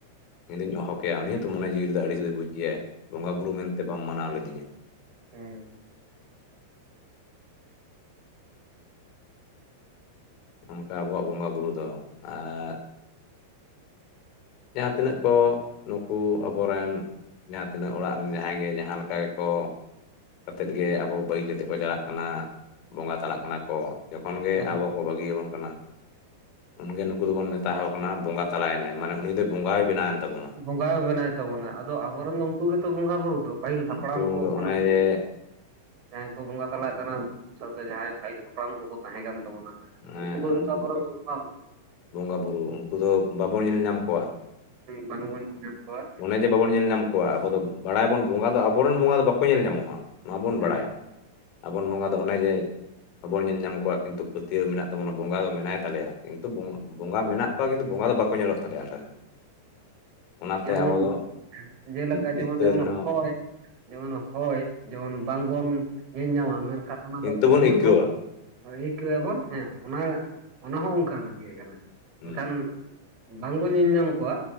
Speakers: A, on the left; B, on the right.
A: ᱤᱧᱫᱩᱧ ᱦᱚᱦᱚ ᱠᱮᱭᱟ ᱩᱱᱤ ᱦᱚᱸᱛᱚ ᱢᱚᱱᱮ ᱡᱤᱣᱤ ᱨᱮ ᱫᱚ ᱟᱹᱰᱤ ᱥᱮᱫᱚᱭ ᱵᱩᱡᱽ ᱜᱮᱭᱟᱭ ᱵᱚᱸᱜᱟ ᱵᱩᱨᱩ ᱢᱮᱱᱛᱮ ᱵᱟᱢ ᱢᱟᱱᱟᱣ ᱞᱤᱫᱤᱧᱟ
B: ᱦᱮᱸ
A: ᱱᱚᱝᱠᱟ ᱟᱵᱚᱣᱟᱜ ᱵᱚᱸᱜᱟ ᱵᱩᱨᱩ ᱫᱚ ᱟᱨ ᱡᱟᱦᱟᱸ ᱛᱤᱱᱟᱹᱜ ᱠᱚ ᱱᱩᱠᱩ ᱟᱵᱚᱨᱮᱱ ᱡᱟᱦᱟᱸ ᱛᱤᱱᱟᱹᱜ ᱚᱲᱟᱜ ᱨᱮᱱ ᱡᱟᱦᱟᱸᱭ ᱜᱮ ᱡᱟᱦᱟᱸ ᱞᱮᱠᱟ ᱜᱮᱠᱚ ᱠᱟᱛᱮᱫ ᱜᱮ ᱟᱵᱚ ᱵᱟᱹᱜᱤ ᱠᱟᱛᱮ ᱠᱚ ᱪᱟᱞᱟᱜ ᱠᱟᱱᱟ ᱵᱚᱸᱜᱟ ᱪᱟᱞᱟᱜ ᱠᱟᱱᱟ ᱠᱚ ᱡᱚᱠᱷᱚᱱ ᱜᱮ
B: ᱦᱩᱸ
A: ᱟᱵᱚ ᱵᱟᱹᱜᱤᱭᱟᱵᱚᱱ ᱠᱟᱱᱟ ᱩᱱᱜᱮ ᱱᱩᱠᱩ ᱫᱚᱵᱚᱱ ᱢᱮᱛᱟ ᱠᱟᱱᱟ ᱵᱚᱸᱜᱟ ᱛᱟᱞᱟᱭᱮᱱᱟᱭᱟᱱ ᱵᱚᱸᱜᱟᱭ ᱵᱮᱱᱟᱣᱮᱱ ᱛᱟᱵᱚᱱᱟ
B: ᱵᱚᱸᱜᱟᱭ ᱵᱮᱱᱟᱭ ᱛᱟᱵᱚᱱᱟ ᱟᱫᱚ ᱟᱵᱚᱨᱮᱱ ᱫᱚ ᱩᱱᱠᱩ ᱜᱮᱛᱚ ᱵᱚᱸᱜᱟ ᱵᱩᱨᱩ ᱫᱚ ᱯᱟᱹᱦᱤᱞ
A: ᱩᱱᱠᱩ
B: ᱦᱟᱯᱲᱟᱢ ᱠᱚ
A: ᱫᱚ
B: ᱠᱷᱚᱱᱟᱜ
A: ᱚᱱᱮ ᱡᱮ
B: ᱡᱟᱦᱟᱸᱭ ᱠᱚ ᱵᱚᱸᱜᱟ ᱛᱟᱞᱟᱜ ᱠᱟᱱᱟ ᱩᱱᱠᱩ ᱥᱟᱶᱛᱮ ᱡᱟᱦᱟᱸᱭ ᱯᱟᱹᱤᱞ ᱦᱟᱯᱲᱟᱢ ᱠᱚᱠᱚ ᱛᱟᱦᱮᱸ ᱠᱟᱱ ᱛᱟᱵᱚᱱᱟ <unintelligible>
A: ᱦᱮᱸ ᱩᱱᱠᱩ ᱵᱚᱸᱜᱟ ᱵᱩᱨᱩ ᱩᱱᱠᱩ ᱫᱚ ᱵᱟᱵᱚᱱ ᱧᱮᱞ ᱧᱟᱢ ᱠᱚᱣᱟ
B: ᱦᱩᱸ ᱵᱟᱝᱵᱚᱱ ᱧᱮᱞ ᱧᱟᱢ ᱠᱚᱣᱟ
A: ᱚᱱᱮ ᱡᱮ ᱵᱟᱵᱚᱱ ᱧᱮᱞ ᱧᱟᱢ ᱟᱵᱚ ᱫᱚ ᱵᱟᱲᱟᱭ ᱵᱚᱱ ᱵᱚᱸᱜᱟ ᱫᱚ ᱟᱵᱚᱨᱮᱱ ᱵᱚᱸᱜᱟ ᱫᱚ ᱵᱟᱠᱚ ᱧᱮᱞ ᱧᱟᱢᱚᱜ-ᱟ ᱱᱚᱣᱟ ᱵᱚᱱ
B: ᱦᱩᱸ
A: ᱵᱟᱲᱟᱭᱟ ᱟᱵᱚᱱ ᱵᱚᱸᱜᱟ ᱫᱚ ᱚᱱᱮ ᱡᱮ ᱟᱵᱚᱱ ᱧᱮᱞ ᱧᱟᱢ ᱠᱚᱣᱟ ᱠᱤᱱᱛᱩ ᱯᱟᱹᱛᱭᱟᱹᱣ ᱢᱮᱱᱟᱜ ᱛᱟᱵᱚᱱᱟ ᱵᱚᱸᱜᱟ ᱫᱚ ᱢᱮᱱᱟᱭ ᱛᱟᱞᱮᱭᱟ ᱠᱤᱱᱛᱩ ᱵᱚᱸᱜᱟ ᱢᱮᱱᱟᱜ ᱠᱚᱣᱟ ᱠᱤᱱᱛᱩ ᱵᱚᱸᱜᱟ ᱫᱚ ᱵᱟᱠᱚ ᱧᱮᱞᱚᱜ ᱛᱟᱞᱮᱭᱟ ᱟᱞᱮ ᱨᱮᱱ ᱚᱱᱟᱛᱮ
B: ᱡᱮᱢᱚᱱ
A: ᱟᱵᱚ ᱫᱚ
B: ᱡᱮᱞᱮᱠᱟ
A: ᱵᱷᱤᱛᱟᱹᱨ
B: ᱡᱮᱢᱚᱱ ᱡᱮᱢᱚᱱ
A: ᱨᱮᱦᱚᱸ
B: ᱦᱚᱭ ᱡᱮᱢᱚᱱ ᱦᱚᱭ ᱡᱮᱢᱚᱱ ᱵᱟᱝᱵᱚᱱ ᱧᱮᱞ ᱧᱟᱢᱟ ᱢᱮᱱᱠᱷᱟᱱ ᱚᱱᱟ
A: ᱠᱤᱱᱛᱩ
B: ᱫᱚ
A: ᱵᱚᱱ
B: ᱚᱱᱩᱵᱷᱚᱵᱽ
A: ᱟᱹᱭᱠᱟᱹᱣᱟ
B: ᱟᱹᱭᱠᱟᱹᱣ ᱟᱵᱚᱱ ᱦᱮᱸ ᱚᱱᱟ ᱚᱱᱟ ᱦᱚᱸ ᱚᱱᱠᱟᱱᱟᱜ ᱜᱮ ᱠᱟᱱᱟ
A: ᱦᱩᱸ
B: ᱮᱱᱠᱷᱟᱱ ᱵᱟᱝᱵᱚᱱ ᱧᱮᱞ ᱧᱟᱢ ᱠᱚᱣᱟ